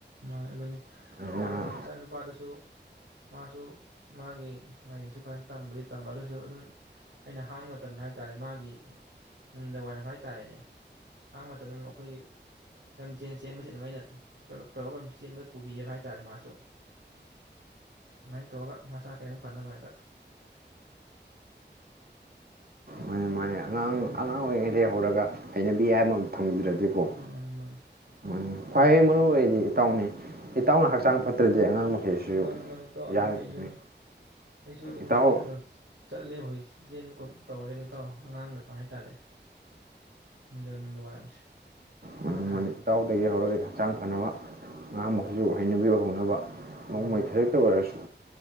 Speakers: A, on the right; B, on the right.
A: ꯃꯥꯅꯤ ꯑꯗꯨꯅꯤ
B: ꯑꯗꯨꯅ
A: ꯑꯗꯨꯅꯤ ꯏꯆꯥ ꯅꯨꯄꯥꯗꯨꯁꯨ ꯃꯥꯁꯨ ꯃꯥꯒꯤ ꯃꯍꯩꯁꯨ ꯐꯖꯅ ꯇꯝꯕꯗꯤ ꯇꯝꯕ ꯑꯗꯨꯁꯨ ꯑꯗꯨꯝ ꯑꯩꯅ ꯍꯥꯡꯕ ꯃꯇꯝꯗ ꯍꯥꯏ ꯇꯥꯔꯦ ꯃꯥꯒꯤ ꯅꯨꯡꯗꯥꯡ ꯋꯥꯏꯔꯝ ꯍꯥꯏ ꯇꯥꯔꯦꯅꯦ ꯍꯥꯡꯕ ꯃꯇꯝꯗ ꯑꯗꯨꯝ ꯑꯩꯈꯣꯏꯒꯤ ꯂꯝ ꯆꯦꯟ ꯆꯦꯟꯕꯁꯦ ꯑꯗꯨꯝ ꯑꯩ ꯈꯛ ꯈꯛ ꯇꯧꯔꯒ ꯑꯗꯨꯝ ꯆꯦꯟꯕ ꯄꯨꯕꯤꯑꯦꯕ ꯍꯥꯏꯇꯥꯔꯦ ꯃꯥꯁꯨ ꯑꯗꯨꯃꯥꯏꯅ ꯇꯧꯔꯒ ꯃꯁꯥ ꯈꯤꯇꯪ ꯐꯅꯕ ꯍꯥꯏꯗ
B: ꯃꯥꯅꯦ ꯃꯥꯅꯦ
A: ꯎꯝ
B: ꯑꯉꯥꯡ ꯑꯣꯏꯔꯤꯉꯩꯗꯒꯤ ꯍꯧꯔꯒ ꯍꯩꯅꯕꯤ ꯍꯥꯏꯕꯃ ꯊꯝꯕꯤꯗ꯭ꯔꯗꯤ ꯀꯣ
A: ꯃꯥꯅꯤ ꯃꯥꯅꯤ
B: <unintelligible> ꯈ꯭ꯋꯥꯏ ꯃꯔꯨ ꯑꯣꯏꯗꯤ ꯏꯇꯥꯎꯅꯤ ꯏꯇꯥꯎꯅ ꯍꯛꯆꯥꯡ ꯐꯠꯇ꯭ꯔꯗꯤ ꯑꯉꯥꯡ ꯃꯈꯩꯁꯤꯁꯨ
A: ꯃꯥꯅꯤ ꯃꯥꯅꯤ ꯏꯇꯥꯎ
B: ꯌꯥꯔꯣꯏꯗꯕꯅꯤ
A: ꯑꯗꯨꯅꯤ ꯑꯩꯖꯨꯅꯤ ꯑꯩꯁꯨ ꯑꯗꯨꯝ
B: ꯏꯇꯥꯎ
A: ꯂꯝꯖꯦꯟ ꯈ ꯈ ꯆꯠꯂꯦꯕ ꯍꯨꯖꯤꯛꯁ ꯆꯦꯟꯕ ꯈꯣꯠꯄ ꯇꯧꯔꯦꯕꯥ ꯏꯇꯥꯎ ꯑꯉꯥꯡꯒꯀꯣ ꯍꯥꯏꯇꯥꯔꯦ ꯅꯨꯡꯗ ꯅꯨꯡꯗꯥꯡ ꯋꯥꯏꯔꯝꯁꯦ
B: ꯃꯥꯅꯦ
A: ꯍꯥꯡ ꯀꯥꯟꯗ꯫
B: ꯃꯥꯅꯦ ꯏꯇꯥꯎꯗꯒꯤ ꯍꯧꯔꯒ ꯍꯛꯆꯥꯡ ꯐꯅꯕ ꯑꯉꯥꯡ ꯃꯈꯩꯁꯨ ꯍꯩꯅꯕꯤ ꯑꯣꯏꯍꯧꯅꯕ ꯅꯣꯡꯃꯩ
A: ꯎꯝ
B: ꯈꯖꯤꯛꯇ ꯑꯣꯏꯔꯁꯨ